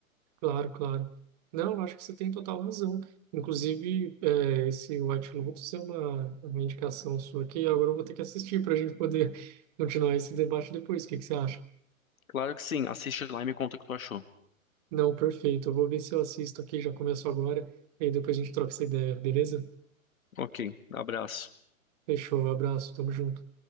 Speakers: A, on the right; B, on the left.
A: claro, claro. Não, eu acho que você tem total razão. Inclusive, é, esse White Lotus é uma, uma indicação sua que agora eu vou ter que assistir para a gente poder <laughs> continuar esse debate depois. O que que você acha?
B: Claro que sim, assiste lá e me conta o que tu achou.
A: Não, perfeito. Eu vou ver se eu assisto aqui, já começo agora, e aí depois a gente troca essa ideia, beleza?
B: Ok, abraço.
A: Fechou, abraço, tamo junto.